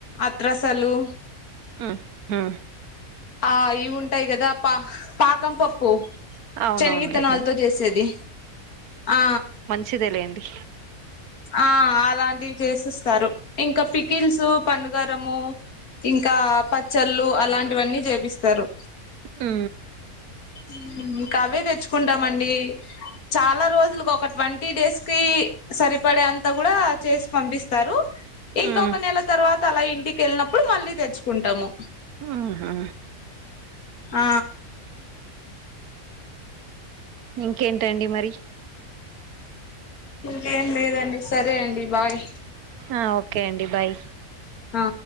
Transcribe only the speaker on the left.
అత్రసాలు
ఆ ఇవుంటాయ్ గదా పా పాకం పొప్పు
చెనగిత్తనళ్తో జేసేది ఆ
ఆ అలాంటివ్ చేసిస్తారు ఇంకా పికిల్సు పండుగారము ఇంకా పచ్చళ్ళు అలాంటివన్నీ జేపిస్తారు
ఊ ఇంకవే దెచ్చుకుంటామండీ చాలా రోజులుకొక ట్వంటీ డేస్ కీ సరి పడే అంతా గూడ చేసి పంపిస్తారు ఇంకొక
నెల తర్వా త అలా ఇంటికెళ్ననప్పుడు మళ్ళీ దెచ్చుకుంటాము
ఆ
ఇంకేం లేదండి సరే అండి బాయ్
ఆ